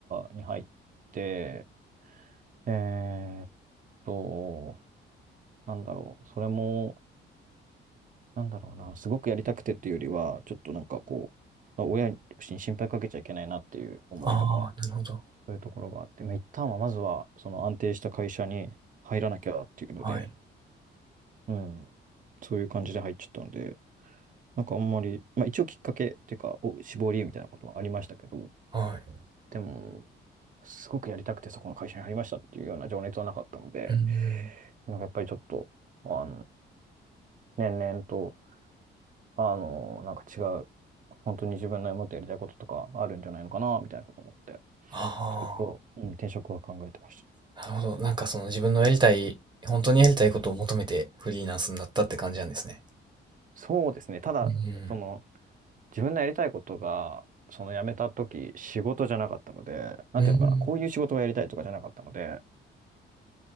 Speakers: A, on the right; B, on the right.
A: に入って、えーっと、なんだろう、それも、なんだろうな、すごくやりたくてっていうよりは、ちょっとなんかこう、親に心配かけちゃいけないなっていう思いとか、
B: ああ、なるほど。
A: そういうところがあって、まあ、一旦はまずは、その安定した会社に入らなきゃっていうので、
B: はい、
A: うん、そういう感じで入っちゃったので、なんかあんまり、まあ一応きっかけっていうか、お、志望理由みたいなこともありましたけど、
B: はい。
A: でも、すごくやりたくてそこの会社に入りましたっていうような情熱はなかったので、
B: うーん。
A: なんかやっぱりちょっと、あの、年々と、あの、なんか違う、本当に自分のもっとやりたいこととかあるんじゃないのかな、みたいなこと思って、
B: あ
A: ずっと、うん、転職は考えてまし
B: あ、なるほど。なんかその自分のやりたい、本当にやりたいことを求めてフリーランスになったって感じなんですね。
A: た。うんそうですね。ただ、
B: うん。
A: その、自分のやりたいことが、その辞めた時、仕事じゃなかったので、なんていうのかな、
B: うん。
A: こういう仕事をやりたいとかじゃなかったので、